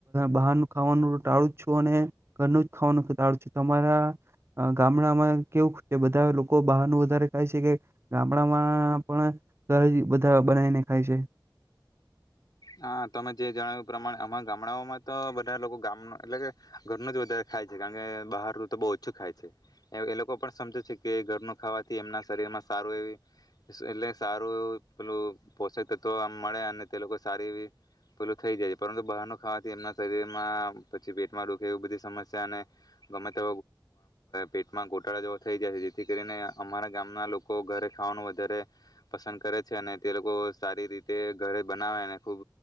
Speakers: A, on the right (about 30°); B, on the left (about 55°).
A: બહારનું ખાવાનું ટાળું જ છું અને ઘરનું જ ખાવાનું ટાળું છું તમારા ગામડામાં કેવું? કે બધા લોકો બહારનું વધારે ખાય છે કે ગામડામાં પણ ઘરે થી બધા બનાવીને ખાય છે.
B: હા તમે જે જણાવ્યું એ પ્રમાણે અમારા ગામડાઓમાં તો બધા લોકો ગામનું એટલે કે ઘરનું જ વધારે ખાય છે કારણ કે બહારનું તો બહુ ઓછું ખાય છે. એ લોકો પણ સમજે છે કે ઘરનું ખાવાથી એમના શરીરમાં સારું એવી એટલે સારું એવું પેલું પોષક તત્વ મળે અને તે લોકો સારી એવી પેલું થઈ જાય છે પરંતુ બહારનું ખાવાથી એમના શરીરમાં પછી પેટમાં દુખે એવી બધી સમસ્યા અને ગમે તે પેટમાં ગોટાળા જેવો થઈ જાય છે. જેથી કરીને અમારા ગામના લોકો ઘરે ખાવાનું વધારે પસંદ કરે છે અને તે લોકો સારી રીતે ઘરે બનાવે અને ખુબ